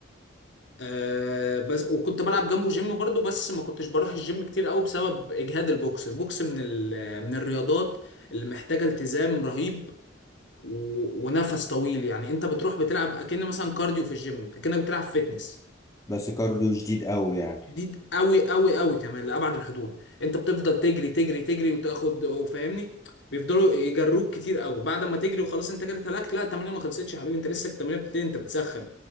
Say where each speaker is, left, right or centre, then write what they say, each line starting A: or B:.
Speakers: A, on the left (about 70°); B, on the left (about 15°).
A: آه بس وكنت بلعب جنبه جيم برضو بس ما كنتش بروح الجيم كتير قوي بسبب اجهاد البوكس البوكس من ال... من الرياضات اللي محتاجة التزام رهيب و... ونفس طويل يعني انت بتروح بتلعب اكن مثلا كارديو في الجيم اكنك بتلعب فيتنس
B: بس كارديو شديد قوي يعني
A: شديد قوي قوي قوي كمان لأبعد الحدود انت بتفضل تجري تجري تجري وتاخد وفاهمني بيفضلوا يجروك كتير قوي بعد ما تجري وخلاص انت كده اتهلكت لا التمرين ما خلصتش يا حبيبي انت لسه التمرين بتبتدي انت بتسخن